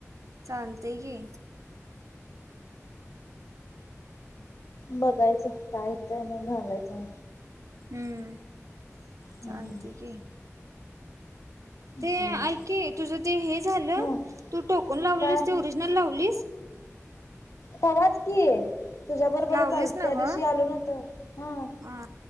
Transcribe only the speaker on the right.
चालतंय की,,
हूं..
चालतंय की, ते
ऐक की, तुझं ते हे झालं
तू टोकन लावलेलीस
ते ओरिजनल लावलीस?.
लावलीस
नव्ह
हा